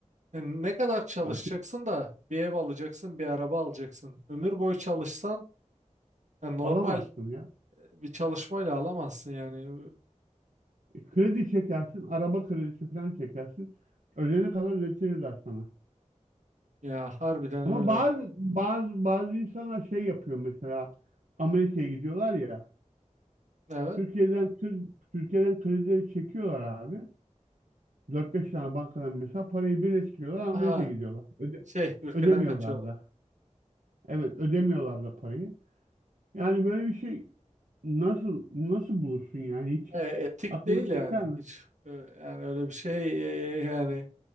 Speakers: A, on the right; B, on the right.
A: yani ne kadar çalışacaksın
B: ya, tü-
A: da bir ev alacaksın bir araba alacaksın ömür boyu çalışsan yani normal
B: alamazsın ya.
A: bir çalışmayla alamazsın yani.
B: E, kredi çekersin, araba kredisi falan çekersin. Ölene kadar ödetirler sana.
A: Ee, Ya harbiden
B: Ama
A: öyle.
B: bazı bazı bazı insanlar şey yapıyor mesela Amerika'ya gidiyorlar ya.
A: Evet.
B: Türkiye'den kri- Türkiye'den kredileri çekiyorlar abi. dört beş tane bankadan mesela parayı birleştiriyorlar Amerika'ya
A: Aha
B: gidiyorlar.
A: şey ülkeden
B: Ödemiyorlar
A: kaçıyorlar.
B: da. Evet, ödemiyorlar da parayı. Yani böyle bir şey nasıl nasıl bulursun yani hiç
A: E, etik
B: aklına
A: değil yani
B: geçer mi?
A: hiç. E, yani öyle bir şey e, yani